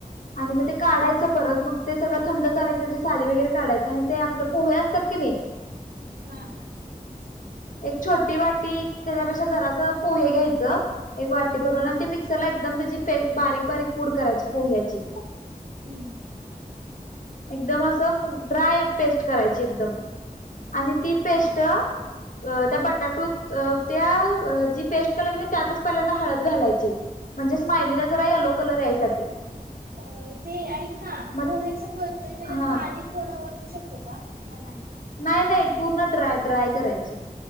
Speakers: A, on the left; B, on the right.
A: आणि
B: हा
A: मग ते काढायचं परत मग ते सगळं थंड झालं की त्याच्या साली वगैरे काढायच आणि ते आपल पोहे असतात कणी
B: हा.
A: एक छोटी वाटी त्याच्यापेक्षा जरास पोहे घ्यायचं एक वाटी भरवून
B: हा
A: आणि मिक्सर ला एकदम त्याची पेस्ट बारीक बारीक पूड करायची पोह्याची
B: हम्म.
A: एकदम असं ड्राय पेस्ट करायची एकदम आणि ती पेस्ट,
B: हा
A: अ त्या बटाटूत अ त्या जी पेस्ट केलय कनी त्यातच पहिल्यांदा हळद घालायची. म्हणजे स्मायलीला जरा येलो कलर यायसाठी.
B: अ ते ऐक ना
A: मग
B: पोहेचं करतोय त्याच्यात
A: हा
B: पाणी थोडं ओतू शकतो का, का नाही?
A: नाही नाही पूर्ण ड्राय ड्राय करायची.